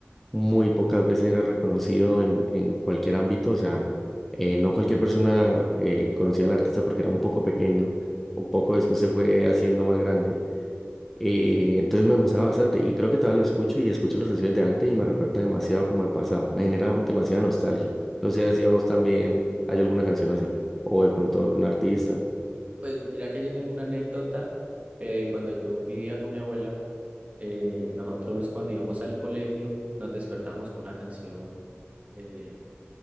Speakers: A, in the centre; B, on the right.
A: muy pocas veces era reconocido en, en cualquier ámbito, o sea, eh, no cualquier persona eh, conocía al artista porque era un poco pequeño, un poco después se fue haciendo más grande. Eh, entonces me gustaba bastante y creo que todavía lo escucho y escucho las canciones de antes y me recuerda demasiado como al pasado. Me genera demasiada nostalgia. No sé si a vos también hay alguna canción así o de pronto algún artista.
B: Pues mira que yo tengo una anécdota que cuando yo vivía con mi abuela, Eh, nosotros cuando íbamos al colegio nos despertábamos con una canción eh,